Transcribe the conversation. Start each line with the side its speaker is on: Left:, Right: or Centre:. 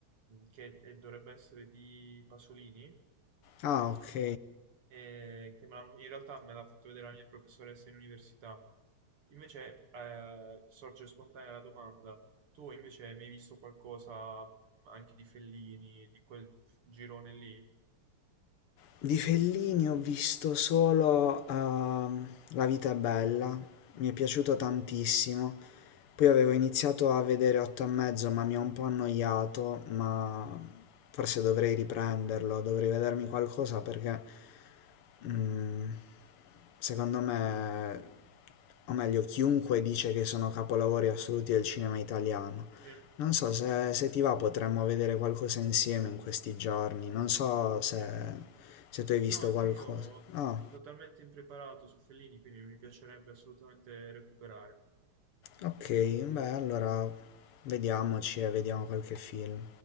Right: che eh, dovrebbe essere di Pasolini,
Left: Ah, ok.
Right: eh, che me l'hanno- in realtà me l'ha fatto vedere la mia professoressa in università. Invece eh, sorge spontanea la domanda, tu invece hai mai visto qualcosa mh, anche di Fellini, di quel girone lì?
Left: Di Fellini ho visto solo ehm, La vita è bella, mi è piaciuto tantissimo.
Right: Mm,
Left: Poi avevo iniziato a vedere Otto e mezzo, ma mi ha un po' annoiato, ma forse dovrei riprenderlo, dovrei vedermi qualcosa perché mm, secondo me, o meglio, chiunque dice che sono capolavori assoluti del cinema italiano.
Right: Sì,
Left: Non so se, se ti va potremmo vedere qualcosa insieme in questi giorni. Non so se,
Right: sì.
Left: se tu hai visto
Right: No, anche
Left: qualcosa.
Right: io
Left: Ah,
Right: totalmente impreparato su Fellini, quindi mi piacerebbe assolutamente recuperare.
Left: ok, beh, allora vediamoci e vediamo qualche film.